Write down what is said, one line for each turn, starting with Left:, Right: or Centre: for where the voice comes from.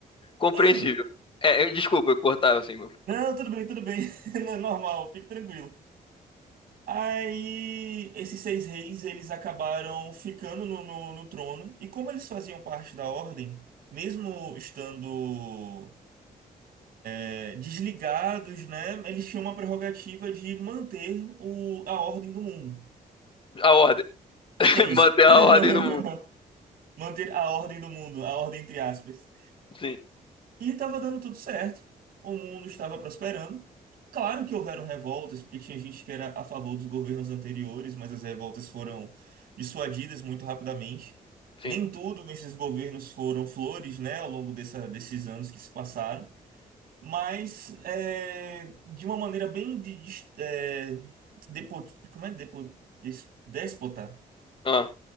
Left: Compreensível.
Right: Enfim,
Left: É, eu- desculpa, eu cortava assim, mas
Right: não, tudo bem, tudo bem, <laughs> não é normal, fique tranquilo. Aí, esses seis reis, eles acabaram ficando no, no, no trono, e como eles faziam parte da ordem, mesmo estando é, desligados, né? Eles tinham uma prerrogativa de manter o, a ordem do mundo.
Left: a ordem. <laughs>
Right: E é isso.
Left: Manter a
Right: <laughs>
Left: ordem no mundo.
Right: Manter a ordem do mundo, a ordem entre aspas.
Left: Sim,
Right: E estava dando tudo certo. O mundo estava prosperando. Claro que houveram revoltas, porque tinha gente que era a favor dos governos anteriores, mas as revoltas foram dissuadidas muito rapidamente.
Left: sim.
Right: Nem tudo nesses governos foram flores, né, ao longo dessa, desses anos que se passaram. mas é, de uma maneira bem de, de- é, depo- como é? Depo- des- déspota,
Left: Ah,